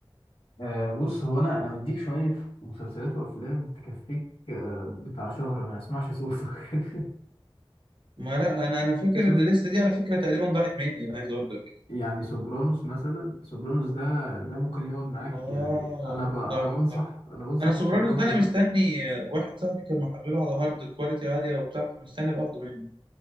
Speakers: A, on the left; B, on the right.
A: أه بص هو انا انا مديك شويه مسلسلات وافلام تكفيك أه بتاع شهر ما اسمعش صوتك
B: ما لا انا انا فاكر
A: <laughs> شفت
B: الليستة دي على فكرة تقريبا ضاعت مني انا عايز اقول لك
A: يعني سوبرانوس مثلا سوبرانوس ده ده ممكن يقعد معاك
B: اه
A: يعني انا ب... انا
B: صح
A: بنصح
B: صح
A: انا بنصح
B: انا سوبرانوس
A: في سوبرانوس
B: ده انا مستني
A: ده
B: آه، واحد صاحبي كان محمله على هارد كواليتي عالية وبتاع فمستني باخده منه